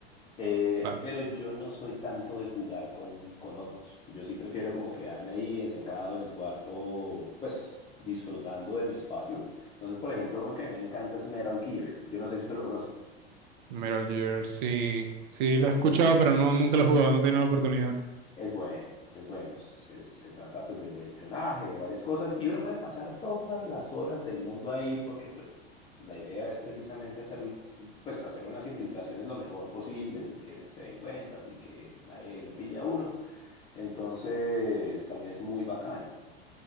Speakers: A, on the left; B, on the right.
A: Eh,
B: Claro.
A: pero yo no soy tanto de jugar con, con otros, yo sí prefiero como quedarme ahí encerrado en el cuarto, pues disfrutando de mi espacio. Entonces, por ejemplo, uno que a mí me encanta es Metal Gear, yo no sé si usted lo conoce.
B: Metal Gear, sí. Sí, lo he escuchado, pero no, nunca lo he jugado, no he tenido la oportunidad.
A: Es bueno, es bueno. es- es- se trata pues de, de espionaje, de varias cosas, y uno puede pasar todas las horas del mundo ahí porque pues la idea es precisamente hacer, pues, hacer unas infiltraciones lo mejor posible sin que se den cuenta, sin que nadie lo pille a uno. Entonces también es muy bacano.